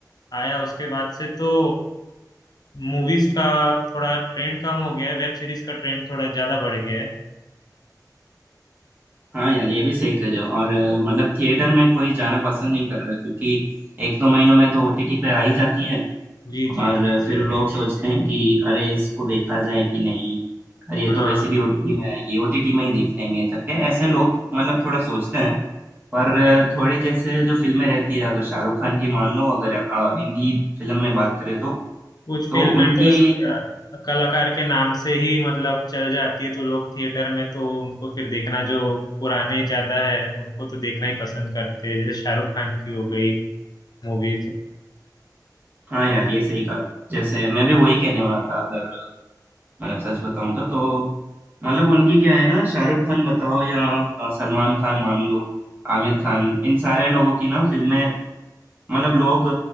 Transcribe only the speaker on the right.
हाँ यार ये भी सही करे हो और अ, मतलब थिएटर में कोई जाना पसंद नहीं कर रहा क्योंकि एक दो महीनों में तो ओटीटी पे आ ही जाती है
और
अ,
फिर लोग सोचते हैं कि अरे इसको देखा जाए कि नहीं अरे ये
तो वैसे भी ओटीटी में आएगी ओटीटी में ही देख लेंगे करके ऐसे लोग मतलब थोड़ा सोचते हैं पर
थोड़े जैसे जो फिल्में रहती है अगर शाहरुख खान की मान लो अगर अ, हिंदी फिल्म में बात करें तो
तो
उनकी
हाँ यार ये सही कहा जैसे मैं भी वही कहने वाला था अगर मतलब सच बताऊं तो तो मतलब उनकी क्या है ना शाहरुख खान बताओ या अ, सलमान खान मान लो आमिर खान इन सारे लोगों की ना फिल्में मतलब लोग